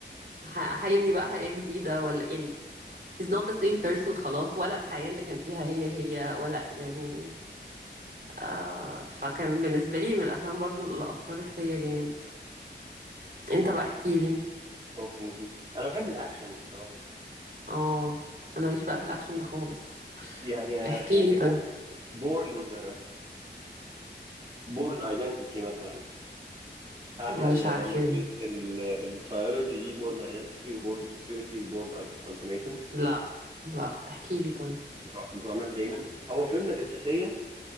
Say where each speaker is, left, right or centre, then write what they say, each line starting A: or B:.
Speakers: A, on the right; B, on the right.
A: ه- هيبني بقى حياة جديدة ولا يعني he's not the same person خلاص ولا الحياة اللي كان فيها هي هي ولا يعني آه فكان بالنسبة لي من الأفلام برضو اللي أثرت فيا جامد انت بقى احكيلي
B: اوكي لذيذ انا بحب الاكشن بصراحه
A: اه أنا ماليش بقى في الأكشن ده خالص
B: يعني آه
A: احكيلي
B: يعني
A: طيب
B: بو بورن بورن ايدنتيتي مثلا عارفه
A: مش
B: ال
A: عارفة
B: ال ال الترايولوجي دي بورن ايدنتيتي وبورن سوبريمسي وبورن التيميتم
A: لا لا احكيلي طيب
B: بتوع بتوع مات دايمون هو فيلم جاسوسيه